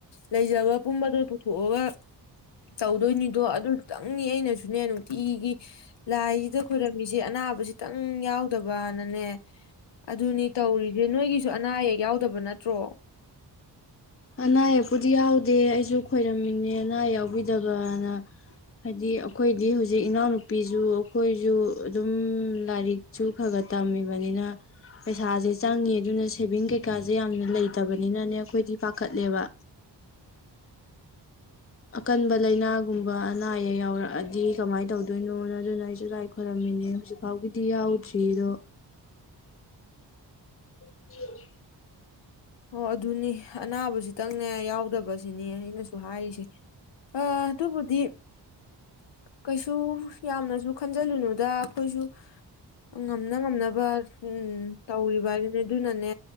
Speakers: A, on the left; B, on the left.
A: ꯂꯩꯖꯕ ꯄꯨꯝꯕꯗꯣ ꯄꯨꯊꯣꯛꯑꯒ ꯇꯧꯗꯣꯏꯅꯤꯗꯣ ꯑꯗꯨꯇꯪꯅꯤ ꯑꯩꯅꯁꯨꯅꯦ ꯇꯤꯒꯤ ꯂꯥꯏꯁꯤꯗ ꯈꯣꯏꯔꯝꯃꯤꯁꯦ ꯑꯅꯥ ꯇꯪ ꯌꯥꯎꯗꯕꯅꯅꯦ ꯑꯗꯨꯅꯤ ꯇꯧꯔꯤꯁꯦ ꯅꯣꯏꯒꯤꯁꯨ ꯑꯅꯥ ꯑꯌꯦꯛ ꯌꯥꯎꯗꯕ ꯅꯠꯇ꯭ꯔꯣ
B: ꯑꯅꯥ ꯑꯌꯦꯛꯄꯨꯗꯤ ꯌꯥꯎꯗꯦ ꯑꯩꯁꯨ ꯈꯣꯏꯔꯝꯃꯤꯅꯦ ꯑꯅꯥ ꯑꯌꯦꯛ ꯌꯥꯎꯕꯤꯗꯕꯅ ꯍꯥꯏꯗꯤ ꯑꯩꯈꯣꯏꯗꯤ ꯍꯧꯖꯤꯛ ꯏꯅꯥꯎꯅꯨꯄꯤꯁꯨ ꯑꯩꯈꯣꯏꯁꯨ ꯑꯗꯨꯝ ꯂꯥꯏꯔꯤꯛꯁꯨ ꯈꯔ ꯈꯔ ꯇꯝꯃꯤꯕꯅꯤꯅ ꯄꯩꯁꯥꯁꯦ ꯆꯪꯉꯤ ꯑꯗꯨꯅ ꯁꯦꯚꯤꯡ ꯀꯩꯀꯥꯁꯦ ꯌꯥꯝꯅ ꯂꯩꯇꯕꯅꯤꯅꯅꯦ ꯑꯩꯈꯣꯏꯗꯤ ꯄꯥꯈꯠꯂꯦꯕ ꯑꯀꯟꯕ ꯂꯥꯏꯅꯥꯒꯨꯝꯕ ꯑꯅꯥ ꯑꯌꯦꯛ ꯌꯥꯎꯔꯛꯑꯗꯤ ꯀꯃꯥꯏꯅ ꯇꯧꯗꯣꯏꯅꯣꯅ ꯑꯗꯨꯅ ꯑꯩꯁꯨ ꯂꯥꯏ ꯈꯣꯏꯔꯝꯃꯤꯅꯦ ꯍꯧꯖꯤꯛꯐꯥꯎꯒꯤꯗꯤ ꯌꯥꯎꯗ꯭ꯔꯤꯗꯣ ꯎ
A: ꯑꯣ ꯑꯗꯨꯅꯤ ꯑꯅꯥꯕꯁꯤꯇꯪꯅꯦ ꯌꯥꯎꯗꯕꯁꯤꯅꯦ ꯑꯩꯅꯁꯨ ꯍꯥꯏꯔꯤꯁꯦ ꯑ ꯑꯗꯨꯕꯨꯗꯤ ꯀꯩꯁꯨ ꯌꯥꯝꯅꯁꯨ ꯈꯟꯖꯤꯜꯂꯨꯅꯨꯗ ꯑꯩꯈꯣꯏꯁꯨ ꯉꯝꯅ ꯉꯝꯅꯕ ꯎꯝ ꯇꯧꯔꯤꯕ ꯍꯥꯏꯗꯤ ꯑꯗꯨꯅꯅꯦ